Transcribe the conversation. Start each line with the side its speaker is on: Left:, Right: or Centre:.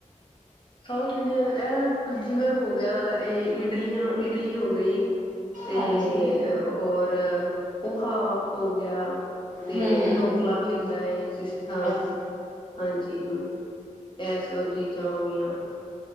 Left: ਸਊਥ ਇੰਡੀਆ ਅ ਜਿਵੇੰ ਹੋ ਗਿਆ ਇਹ ਇਡਲੀਆਂ, ਇਡਲੀ ਹੋ ਗਈ। ਤੇ
Right: ਹਾਂਜੀ
Left: ਹੋਰ ਉਹ ਹਾ ਹੋ ਗਿਆ। ਤੇ
Right: ਹਮ ਹਮ
Left: ਡੋਕਲਾ ਵੀ ਹੁੰਦਾ ਹੈ, ਜਿਸ ਤਰ੍ਹਾਂ
Right: ਅ
Left: ਹਾਂਜੀ ਇਹ ਸਬਜੀ ਆਂ ਹੋ ਗਈਆਂ। <unintelligible>